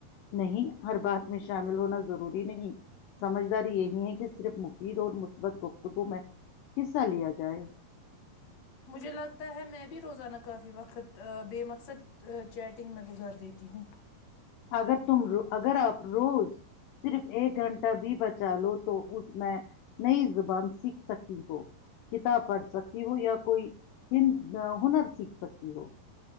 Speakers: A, on the left; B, on the left.
A: نہیں ہر بات میں شامل ہونا ضروری نہیں سمجھداری یہی ہے کہ صرف مفید اور مثبت گفتگو میں حصہ لیا جائے
B: مجھے لگتا ہے میں بھی روزانہ کافی وقت بے مقصد چیٹنگ میں گزار دیتی ہوں
A: اگر تم اگر آپ روز صرف ایک گھنٹہ بھی بچا لو تو اس میں نئی زبان سیکھ سکتی ہو کتاب پڑھ سکتی ہو یا کوئی ہ ہنر سیکھ سکتی ہو